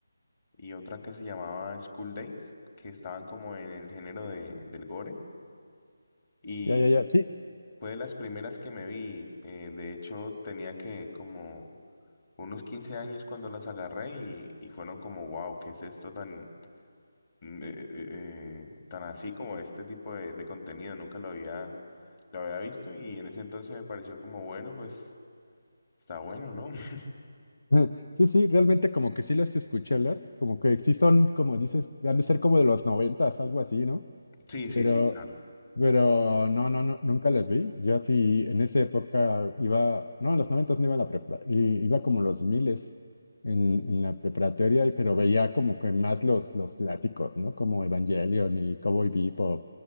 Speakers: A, on the left; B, on the left.
A: y otra que se llamaba School Days, que estaban como en el género de, del gore. Y
B: Ya, ya, ya, sí.
A: fue de las primeras que me vi. eh, de hecho, tenía que como unos 15 años cuando las agarré y, y fueron como, wow, ¿qué es esto tan, mm, eh, eh, eh, tan así como este tipo de, de contenido? Nunca lo había, lo había visto y en ese entonces me pareció como, bueno, pues está bueno, ¿no? <laughs>
B: <laughs> Sí, sí, realmente como que sí las escuché hablar, como que sí son, como dices, han de ser como de los noventas, algo así, ¿no?
A: Sí, sí,
B: pero
A: sí, claro.
B: Pero no, no, no, nunca las vi. Yo sí, en esa época iba, no, en los noventas no iba a la prepa, i- iba como los miles en, en la preparatoria, y- pero veía como que más los, los clásicos, ¿no? Como Evangelion y Cowboy Bebop,